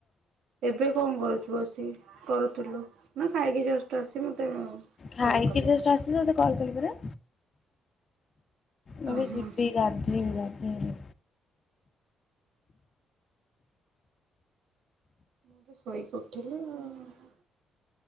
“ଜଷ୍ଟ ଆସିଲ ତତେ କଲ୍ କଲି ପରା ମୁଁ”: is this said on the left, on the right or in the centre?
Left